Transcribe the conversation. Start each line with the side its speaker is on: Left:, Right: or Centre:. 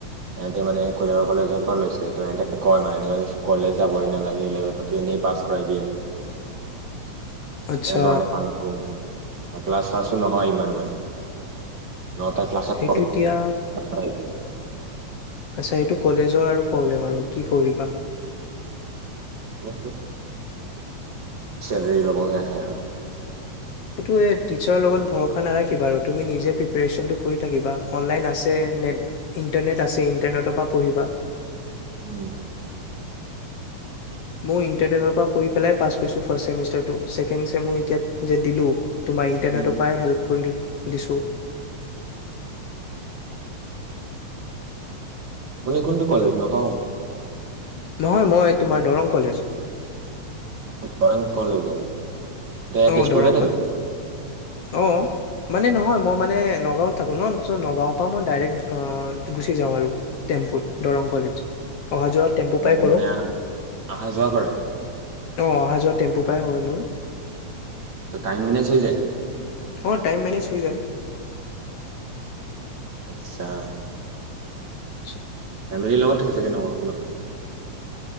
Right: সহতে মানে কলৰ কলেজৰ পৰা লৈছে ত সহতে কয় মানে এনেকুৱা কলেজ যাবই নালাগে ইলেভেন এনেই পাছ কৰাই দিয়ে
Left: আচ্ছা
Right: তেনেক মানে পং পম ক্লাছ শ্লছ নহয় ইমান মানে নটা ক্লাছত
Left: সেইটো এতিয়া
Right: <inaudible>
Left: আচ্ছা সটো কলেজৰ আৰু প্ৰব্লেম আৰু কি কৰিবা
Right: উ চ হৰি ল'ব সোহে আৰু
Left: এইেইটো টিচাৰৰ লগত ভৰসা নাৰাখিবা আৰু তুমি নিজে প্ৰিপেৰেচনটো কৰি থাকিবা অনলাইন আছে নেট ইণ্টাৰনেট আছে ইণ্টাৰনেটৰ পৰা পঢ়িবা
Right: হম।
Left: মই ইণ্টাৰনেটৰ পৰা পঢ়ি পেলাই পাছ কৰিছোঁ ফাৰ্ষ্ট চেমিষ্টাৰটো। ছেকেণ্ড চেমওঁ এতিয়া যে দিলোঁ তোমাৰ ইণ্টাৰনেটৰ
Right: উম
Left: পৰা হেল্প কৰিল। দিছোঁ।
Right: আপুনি কোনটো কলেজ, নগাওঁ?
Left: নহয় মই তোমাৰ দৰং কলেজ।
Right: <inaudible> কলেজত এতিয়া
Left: ছ,
Right: তেজপুৰতে
Left: দৰং
Right: থাকে
Left: কলেজ, অহ। মানে নহয় মই মানে নগাঁৱত থাকো ন' চ' নগাঁওৰ পৰা মই ডাইৰেক্ট অ, গুচি যাওঁ আৰু টেম্পুত দৰং কলেজ। অহা যোৱা টেম্পু পাই
Right: অ',
Left: কৰোঁ
Right: মানে আ আহা যোৱা কৰে?
Left: অ', আহা যোৱা টেম্পুৰ পৰাই হয় মোৰ।
Right: টাইম মেনেজ হৈ যায়?
Left: অ', টাইম মেনেজ হৈ যায়।
Right: আচ্ছা।
Left: আচ্ছা।
Right: ফেমিলিৰ লগত থাকিছে <unintelligible>